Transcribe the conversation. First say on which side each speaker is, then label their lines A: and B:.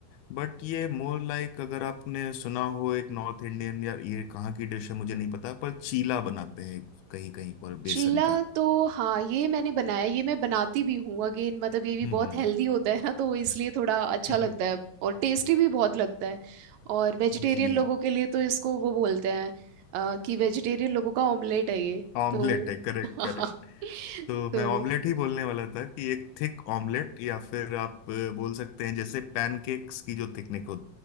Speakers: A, on the left; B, on the right.
A: बट ये मोर लाइक अगर आपने सुना हो एक नॉर्थ इंडियन या ये कहाँ की डिश है मुझे नहीं पता पर चीला बनाते हैं कहीं कहीं पर
B: चीला
A: बेसन का
B: तो हाँ ये मैंने बनाया ये मैं बनाती भी हूँ अगेन मतलब ये भी
A: हम्म
B: बहुत हेल्दी होता है ना तो इसलिए थोड़ा अच्छा
A: हम्म
B: लगता है और टेस्टी भी बहुत लगता है और वेजिटेरियन
A: <laughs> जी
B: लोगों के लिए तो इसको वो बोलते हैं अ, कि वेजिटेरियन लोगों का ऑमलेट है ये
A: ऑमलेट
B: तो
A: है करेक्ट
B: <laughs>
A: करेक्ट तो
B: तो
A: मैं ऑमलेट ही बोलने वाला था कि एक थिक ऑमलेट या फिर आप अ, बोल सकते हैं जैसे पैनकेक्स की जो थिकनेस हो,